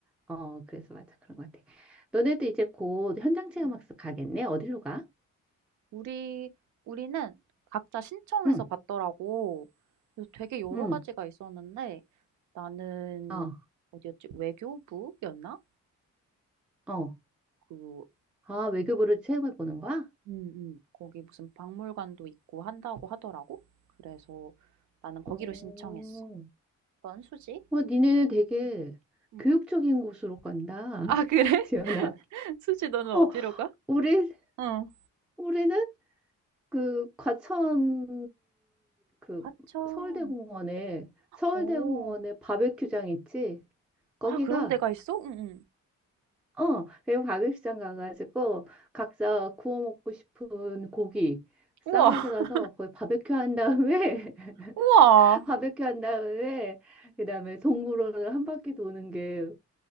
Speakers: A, in the centre; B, on the right.
A: 어, 그래서 맞아. 그런 것 같아. 너네도 이제 곧 현장 체험학습
B: 음.
A: 가겠네? 어디로 가?
B: 우리 우리는 각자 신청해서
A: 응,
B: 받더라고. 그래서 되게 여러
A: 응,
B: 가지가 있었는데 나는
A: 어,
B: 어디였지? 외교부였나?
A: 어.
B: 그
A: 아, 외교부를 체험해 보는 거야?
B: 음, 음. 거기 무슨 박물관도 있고 한다고 하더라고. 그래서 나는 거기로
A: 오.
B: 신청했어. 넌 수지?
A: 어, 니네는 되게
B: 응. 응.
A: 교육적인 곳으로 간다.
B: 아, 그래?
A: <laughs> 지연아.
B: <laughs> 수지 너는 어디로
A: 어,
B: 가?
A: 우리,
B: 응.
A: 우리는 그 과천 그
B: 과천.
A: 서울대공원에, 서울대공원에
B: 오.
A: 바베큐장 있지? 거기가,
B: 아, 그런 데가 있어? 응, 응.
A: 어, 그리고 바베큐장 가가지고 각자 구워 먹고 싶은 고기 싸가지
B: 우와.
A: 가서
B: <laughs>
A: 거기 바베큐 한 다음에,
B: 우와,
A: <laughs> 바베큐 한 다음에, 그 다음에 동물원을 한 바퀴 도는 게